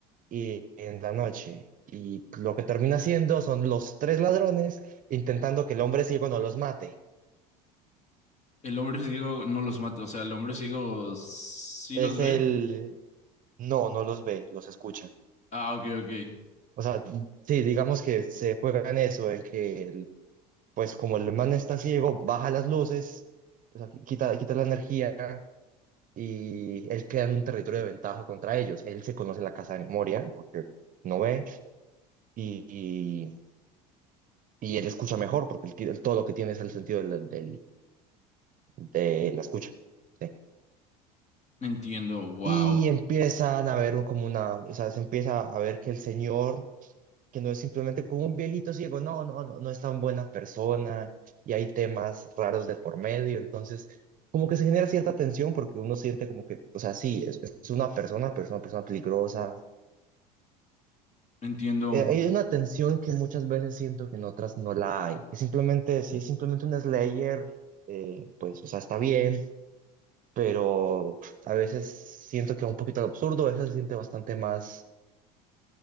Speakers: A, on the right; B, on the left.
A: y en la noche. Y lo que termina siendo son los tres ladrones intentando que el hombre ciego no los mate.
B: El hombre ciego no los mata, o sea, el hombre ciego sí
A: Es
B: los ve.
A: el no, no los ve, los escucha.
B: Ah, ok, ok.
A: O sea, sí, digamos que se juega en eso, en que el- pues como el man está ciego, baja las luces, o sea, qui- quita, quita la energía y él queda en un territorio de ventaja contra ellos. Él se conoce la casa de memoria porque no ve y, y él escucha mejor porque el, el- todo lo que tiene es el sentido del- del- de la escucha. ¿sí?
B: Entiendo, wow.
A: Y empiezan a ver como una, o sea, se empieza a ver que el señor, que no es simplemente como un viejito ciego, no, no, no, no es tan buena persona y hay temas raros de por medio, entonces... Como que se genera cierta tensión porque uno siente como que, o sea, sí, es, es una persona, pero es una persona peligrosa,
B: Entiendo,
A: eh, hay una tensión que muchas veces siento que en otras no la hay. Que simplemente, si es simplemente un Slayer, eh, pues, o sea, está bien, pero a veces siento que va un poquito al absurdo, a veces se siente bastante más